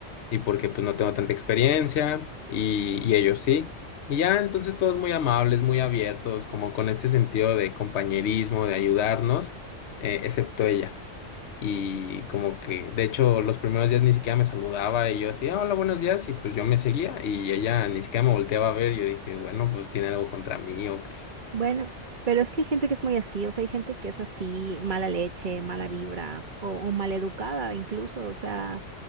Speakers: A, on the left; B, on the right.
A: y porque pues no tengo tanta experiencia y, y ellos sí. Y ya entonces todos muy amables, muy abiertos, como con este sentido de compañerismo, de ayudarnos, eh, excepto ella. Y como que, de hecho, los primeros días ni siquiera me saludaba y yo así, "Ah, hola, buenos días, y pues yo me seguía y ella ni siquiera me volteaba a ver. Yo dije, bueno, pues tiene algo contra mí o
B: Bueno, pero es que hay gente que es muy así, o sea, hay gente que es así, mala leche, mala vibra o, o maleducada incluso, o sea,